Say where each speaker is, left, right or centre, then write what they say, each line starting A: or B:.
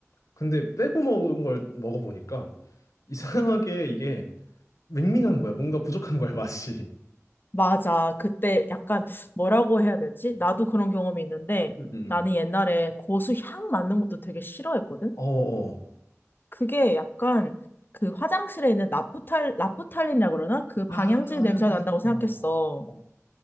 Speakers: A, on the left; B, on the left.
A: 근데 빼고 먹은 걸 먹어보니까 이상하게 이게 밍밍한 거야. 뭔가 부족한 거야 맛이.
B: 맞아. 그때 약간 뭐라고 해야 되지? 나도 그런 경험이 있는데
A: 음.
B: 나는 옛날에 고수 향 맡는 것도 되게 싫어했거든?
A: 어어.
B: 그게 약간 그 화장실에 있는 나프탈, 나프탈린이라 그러나? 그 방향제
A: 아, 어,
B: 냄새가 난다고 생각했어.
A: 어. 어,